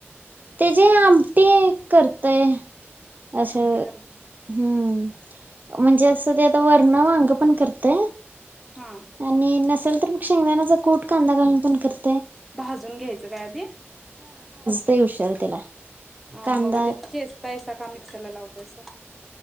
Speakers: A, on the right (about 40°); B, in the centre.
A: ते जे आमटी- करतय- अशं
B: आमटी करताय
A: हम्म <unintelligible> म्हणजे असं ते आता वरन <unintelligible> करतो -
B: हा
A: आणि नस <unintelligible> शेंगदाण्याचा कूट कांदा घालून- पण कर-
B: भाजून घ्यायचं काय आधी?
A: ते हुशार त्याला
B: अ
A: कांदा
B: मग ते चेचतायसा का नई - कशाला लावतयसा.